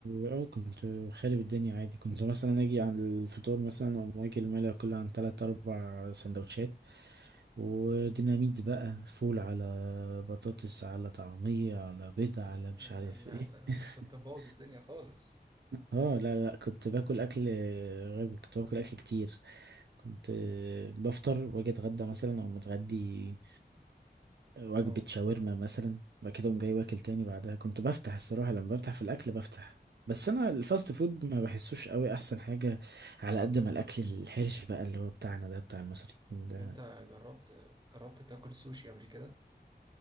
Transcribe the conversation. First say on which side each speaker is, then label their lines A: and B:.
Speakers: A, on the right; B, on the right.
A: اه كنت خارب الدنيا عادي كنت مثلا اجي على الفطور مثلا او اكل ملا كل عن تلات اربع سندوتشات وديناميت بقى فول على بطاطس على طعمية على بيض
B: لا
A: على مش
B: لا
A: عارف
B: لا
A: ايه
B: لا
A: <laughs>
B: انت كنت مبوظ الدنيا خالص
A: اه لا لا كنت باكل اكل غبي كنت باكل اكل كتير كنت بفطر واجي اتغدى مثلا او متغدي وجبة
B: اه
A: شاورما مثلا وبعد كده أقوم جاي واكل تاني بعدها كنت بفتح الصراحة لما بفتح في الأكل بفتح بس أنا الفاست فود ما بحسوش قوي أحسن حاجة على قد ما الأكل الحرش بقى اللي هو بتاعنا ده بتاع المصريين
B: طب
A: ده
B: انت جربت جربت تاكل سوشي قبل كده